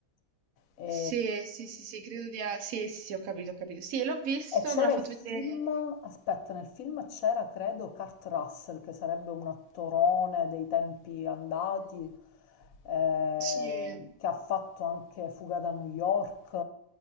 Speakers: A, on the left; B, on the right.
A: E,
B: Sì, sì, sì, sì, credo di... a- Sì, sì, sì, ho capito, ho capito. Sì, l'ho visto,
A: E c'era
B: me l'ha fatto
A: il film,
B: vedere...
A: aspetta, nel film c'era credo Kurt Russell che sarebbe un attorone dei tempi andati,
B: Mm,
A: eh,
B: Sì.
A: che ha fatto anche Fuga da New York,